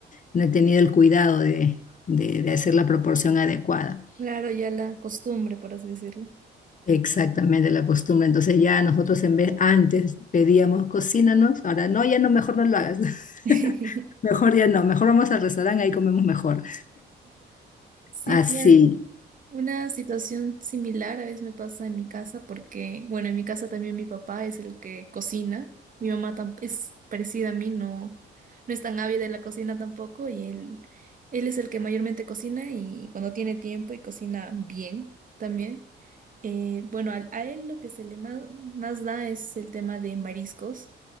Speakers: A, on the left; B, on the right.
A: no he tenido el cuidado de, de, de hacer la proporción adecuada.
B: Claro, ya la costumbre, por así decirlo.
A: Exactamente, la costumbre. Entonces ya nosotros en vez, antes pedíamos cocínanos, ahora no, ya no, mejor no lo hagas. <laughs>
B: <laughs>
A: Mejor ya no, mejor vamos al restaurante, ahí comemos mejor.
B: Sí,
A: Así.
B: claro. Una situación similar a veces me pasa en mi casa porque, bueno, en mi casa también mi papá es el que cocina. Mi mamá tam- es parecida a mí, no, no es tan ávida de la cocina tampoco y él, él es el que mayormente cocina y cuando tiene tiempo y cocina bien también. Eh, bueno, al- a, él lo que se le ma- más, da es el tema de mariscos,